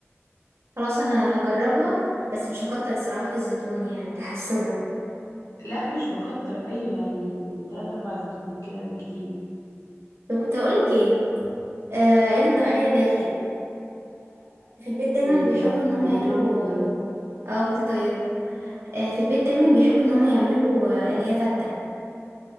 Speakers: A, on the right (about 60°); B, on the left (about 80°).
A: خلاص انا هجربها بس مش هكتر الصراحة في الزيتون يعني تحسبا
B: لا مش بكتر ايوه يعني تلات اربع زيتونات كده بالكتير
A: لو كنت هقولك ايه آه عيد الضحية داخل في البيت دايما
B: ايوه
A: بيحبوا ان هم
B: يعني
A: ياكلوا
B: كان عندي طيب
A: اه انت طيبة آه، في البيت دايما بيحبوا ان هما يعملوا آه، اللي هي فتة